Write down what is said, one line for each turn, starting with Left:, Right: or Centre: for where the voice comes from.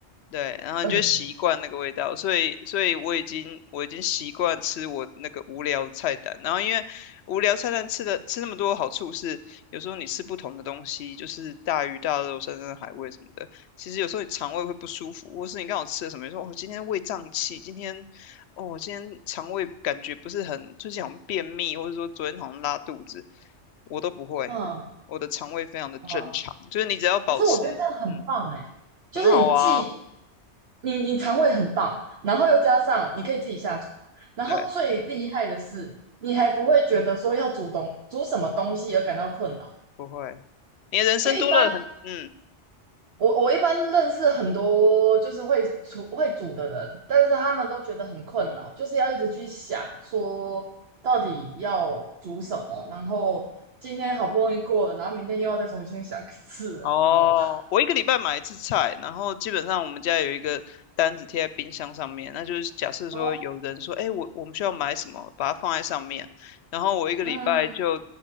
Left: 对，然后你就习惯那个味道，
Right: 对。
Left: 所以所以我已经我已经习惯吃我那个无聊的菜单，然后因为无聊菜单吃的吃那么多的好处是，有时候你吃不同的东西，就是大鱼大肉、山珍海味什么的，其实有时候你肠胃会不舒服，或是你刚好吃了什么，你说哦今天胃胀气，今天哦今天肠胃感觉不是很，最近好像便秘，或者说昨天好像拉肚子，我都不会，
Right: 嗯
Left: 我的肠胃非常的正常，
Right: 啊，
Left: 就是你只要保持嗯
Right: 可是我觉得这样很棒哎，就是你既
Left: 很好啊。
Right: 你你肠胃很棒，然后又加上你可以自己下厨，然后最厉害的是你还不会觉得说要煮东煮什么东西而感到困扰，
Left: 对。不会，你的人生多了很，
Right: 因为一般
Left: 嗯，
Right: 我我一般认识很多就是会厨会煮的人，但是他们都觉得很困扰，就是要一直去想说到底要煮什么，然后今天好不容易过了，然后明天又要再重新想一次了，
Left: 哦，
Right: 你知道吗？
Left: 我一个礼拜买一次菜，然后基本上我们家有一个单子贴在冰箱上面，那就是假设说有人说，
Right: 哦。
Left: 哎，我我们需要买什么，把它放在上面，然后我一个礼拜就
Right: 嗯，